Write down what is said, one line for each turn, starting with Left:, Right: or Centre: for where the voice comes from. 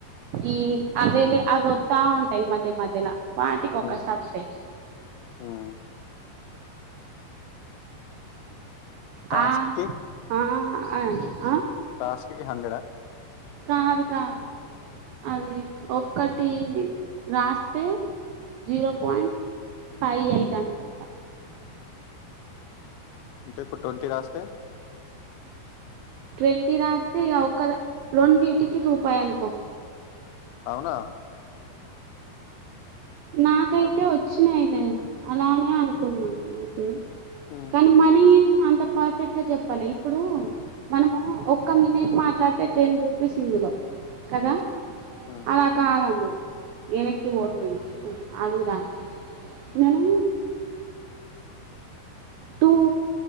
Right: ఈ అవళ అవి వస్తా ఉంటాయి మ అంటే మధ్యల వాటికి ఒక
Left: ఉమ్
Right: సబ్ సైట్
Left: ఉమ్ టాస్క్
Right: ఆ ఆ అవ్ను ఆ
Left: టాస్కి కి హండ్రెడ్ ఆ
Right: కాదు కాదు అది ఒక్కటి రాస్తే జీరో పాయింట్ ఫైవ్ ఎయిట్ అనుకుంటా
Left: అంటే ఇప్పుడు ట్ంటీ రాస్తే
Right: ట్వంటీ రాస్తే ఆ ఒక్క రెండీటికి రూపాయి అనుకో
Left: అవునా
Right: నాకైతే
Left: అ-
Right: వచ్చినాయిలే అలానే అనుకున్నాను నే అయితే
Left: ఉమ్
Right: కానీ మనీ అంత పర్ఫెక్ట్ గా చెప్పాలి ఇప్పుడు మనము ఒక్క మినిట్ మాట్లాడితే టెన్ రూపీస్ ఇందులో కదా
Left: ఉమ్ ఉమ్
Right: అలా కాదుందరూ వెనక్కి ఓట్లేని అడుగుదాం నేను టూ